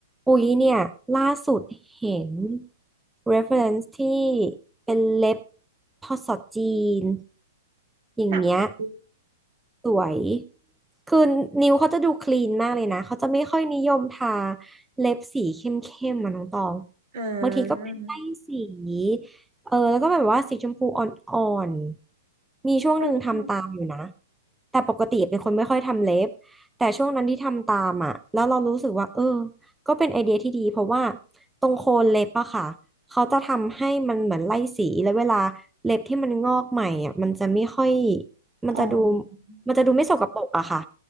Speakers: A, in the centre; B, on the right.
A: อุ๊ยเนี่ยล่าสุดเห็น reference ที่เป็นเล็บพอสอจีนอย่างเงี้ย
B: ถามดิ
A: สวยคือนิ้วเขาจะดูคลีนมากเลยนะเขาจะไม่ค่อยนิยมทาเล็บสีเข้มๆมาน้องตอง
B: อ่
A: บางทีก็เป็นไล่สี
B: า
A: เออแล้วก็แบบว่าสีชมพูอ่อนๆมีช่วงหนึ่งทำตามอยู่นะ
B: ใช่ใช่
A: แต่ปกติเป็นคนไม่ค่อยทำเล็บแต่ช่วงนั้นที่ทำตามอ่ะแล้วเรารู้สึกว่าเออก็เป็นไอเดียที่ดีเพราะว่าตรงโคนเล็บอะค่ะเขาจะทำให้มันเหมือนไล่สีแล้วเวลาเล็บที่มันงอกใหม่อ่ะมันจะไม่ค่อย
B: อ๋อ
A: มันจะดู มันจะดูไม่สกปรกอะค่ะ